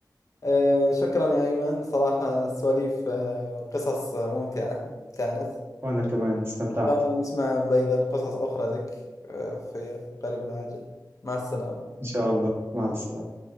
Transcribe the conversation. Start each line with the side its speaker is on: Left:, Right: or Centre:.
Left: أه شكرا يا ايمن صراحه سواليف آه، وقصص ممتعه كانت
Right: وأنا كمان استمتعت
Left: ان شاء الله نسمع ايضا قصص اخرى لك آه، في قريب العاجل مع السلامه
Right: إن شاء الله مع السلامة